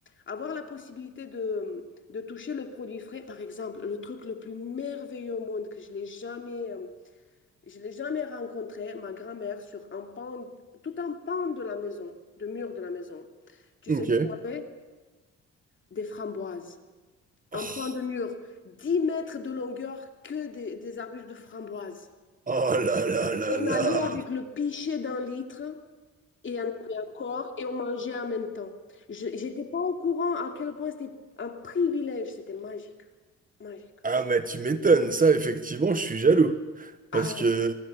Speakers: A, on the left; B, on the right.
A: avoir la possibilité de, de toucher le produit frais, par exemple, le truc le plus merveilleux au monde que je l'ai jamais, euh, je l'ai jamais rencontré, ma grand-mère sur un pan, tout un pan de la maison, de mur de la maison. Tu
B: mhm.
A: sais
B: Ok.
A: ce qu'elle avait? Des framboises.
B: Oh
A: Un pan de mur, 10 mètres de longueur, que des, des arbustes de framboises.
B: oh là là là
A: On
B: là.
A: allait avec le pichet d'un litre et on avait encore et on mangeait en même temps. Je n'étais pas au courant à quel point c'était un privilège, c'était magique, magique.
B: Ah mais tu m'étonnes, ça effectivement, je suis jaloux. Parce
A: Ah,
B: que